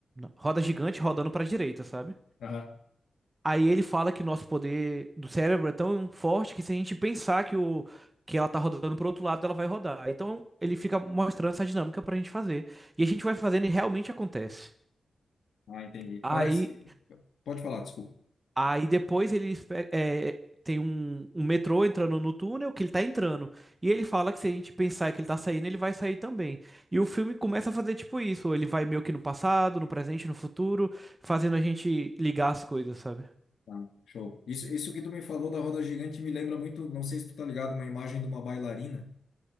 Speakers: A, on the right; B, on the left.
A: roda gigante rodando para a direita, sabe?
B: aham.
A: Aí ele fala que nosso poder do cérebro é tão forte que se a gente pensar que o que ela tá rodando pro outro lado, ela vai rodar. Então ele fica mostrando essa dinâmica pra gente fazer. E a gente vai fazendo e realmente acontece.
B: Ah, entendi. Parece.
A: Aí,
B: Pode falar, desculpa.
A: aí depois ele espe- é, tem um, um metrô entrando no túnel que ele tá entrando. E ele fala que se a gente pensar que ele tá saindo, ele vai sair também. E o filme começa a fazer tipo isso. Ele vai meio que no passado, no presente, no futuro, fazendo a gente ligar as coisas, sabe?
B: Tá, show. Isso, isso que tu me falou da roda gigante me lembra muito, não sei se tu tá ligado, uma imagem de uma bailarina